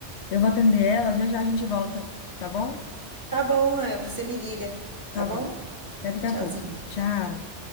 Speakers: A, on the left (about 70°); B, on the right (about 15°).
A: Eu vou atender ela, já já a gente volta, tá bom?
B: Tá bom, é, você me liga, tá
A: Tá
B: bom?
A: bom. Até daqui
B: Tchauzinho.
A: a pouco. Tchau.